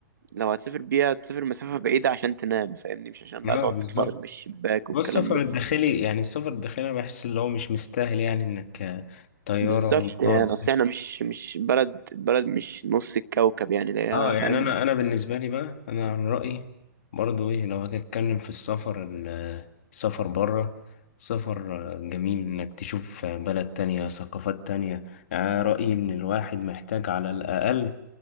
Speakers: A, on the right (about 85°); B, on the left (about 45°).
A: لو هتسافر بيها تسافر مسافه بعيده عشان تنام فاهمني مش عشان
B: لا
A: بقى تقعد
B: بالظبط
A: تتفرج من الشباك والكلام
B: هو السفر
A: ده
B: الداخلي يعني السفر الداخلي انا بحس اللي هو مش مستاهل يعني انك آه، طيارة
A: بالظبط
B: ومطار
A: يعني اصل احنا مش مش بلد بلد مش نص الكوكب يعني ده هي،
B: اه يعني
A: فاهم
B: انا انا بالنسبة لي بقى انا عن رأيي برضو ايه لو هاجي اتكلم في السفر ال- آه، السفر بره سفر آه، جميل انك تشوف آه، بلد تانية ثقافات تانية يعني أنا رأيي ان الواحد محتاج على الاقل